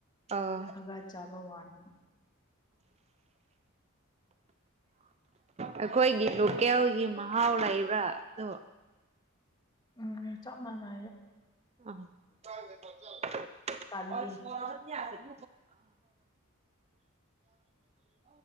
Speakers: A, on the right (about 30°); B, on the left (about 20°).
A: ꯑꯥ
B: ꯍꯒꯥꯠ ꯆꯥꯕ ꯋꯥꯔꯦ
A: ꯑꯩꯈꯣꯏꯒꯤ ꯂꯣꯀꯦꯜꯒꯤ ꯃꯍꯥꯎ ꯂꯩꯕ꯭ꯔꯥ ꯑꯗꯣ
B: ꯎꯝ ꯆꯞ ꯃꯅ
A: ꯑ <unintelligible>
B: ꯀꯜꯂꯤ
A: ꯑ